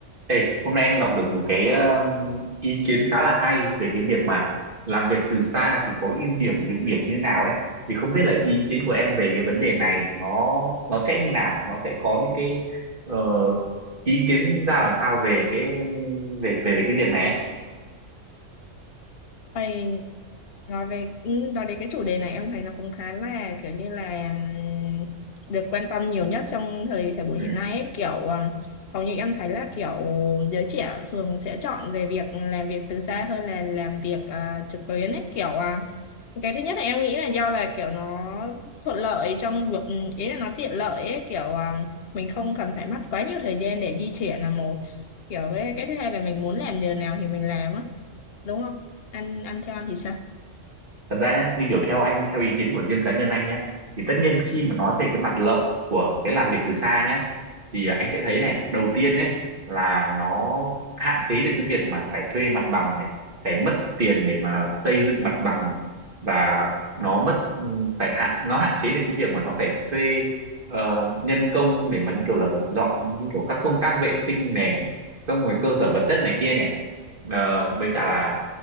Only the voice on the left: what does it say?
Ây, nói về ừ, nói đến cái chủ đề này em thấy nó cũng khá là kiểu như là ừm, được quan tâm nhiều nhất trong thời thời buổi
hiện nay ấy. Kiểu ừm, hầu như em thấy là kiểu giới trẻ thường sẽ chọn về việc làm việc từ xa hơn là làm việc ờ, trực tuyến ấy kiểu ờ, cái thứ nhất là em nghĩ là do là kiểu nó thuận lợi trong việc ừ, ý là nó tiện lợi ấy kiểu à, mình không cần phải mất quá nhiều thời gian để di chuyển là một kiểu với cái thứ hai là mình muốn làm giờ nào thì mình làm á đúng không ăn ăn theo ăn thì sao